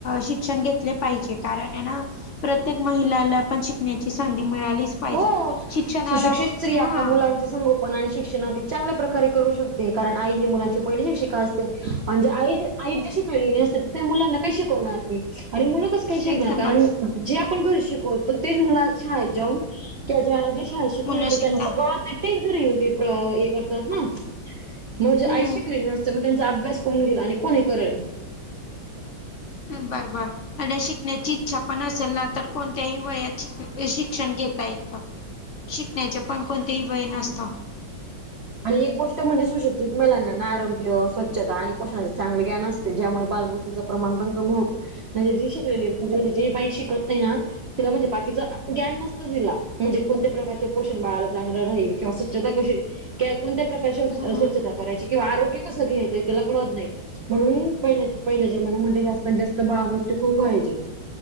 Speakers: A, on the left; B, on the right.
A: शिक्षण घेतले पाहिजे कारण याना प्रत्येक महिलाला पण शिकण्याची संधी मिळालीच पाहिजे.
B: हो
A: शिक्षणाला
B: सुशिक्षित स्त्री
A: हा
B: आपल्या मुलांन संगोपन आणि शिक्षण अधिक चांगल्या प्रकारे करू शकते, कारण आई ही मुलांची पहिली शिक्षिका असते. म्हणजे आई जर आईच जशी शिकलेली नाही असते, त्या मुलांना काही शिकवणार ती, आणि मुलं कस काय शिकणार,,
A: एकदम
B: कारण
A: बर
B: जे आपण घरी शिकवतो तेच मुलं शाळेत जाऊन त्येजा विषया शिकून
A: मुलं
B: येतो,
A: शिकता
B: त्यांना सगळ तेच घरी येऊन हे करतात ना. म्हजे,
A: हम्म.
B: आई शिकलेली नसते. मग त्यांचा अभ्यास कोण घेल आणि कोण हे करेल?
A: बर, बर. आणि शिकण्याची इच्छा पण असेल ना, तर कोणत्याही वयात शिक्षण घेता येतं.
B: <unintelligible>
A: शिकण्याचे पण कोणतेही वय नसत.
B: आणि एक गोष्ट म्हणजे सुशिक्षित महिलांना आरोग्य स्वच्छता आणि पोषणाचे चांगले ज्ञान असते, ज्यामुळे बालमृत तिचं प्रमाण पण कमी होत, म्हजे जे शिकलेले म्हजे जे बाई शिकत नाही ना. तिला म्हणजे बाकीचं ज्ञान नसतं तिला, म्हणजे कोणत्या प्रकारचे पोषण बाळाला चांगलं राहील. किंवा स्वच्छता कशी त्या कोणत्या प्रकारे स्
A: हम्म
B: स्वच्छता करायची किंवा आरोग्य कसं घ्यायचं तिला कळत नाही. म्हणून पहिल्या, पहिल्या जमान्यामध्ये जास्तात -जास्त बाळ मुर्त्यू खूप व्हायचे.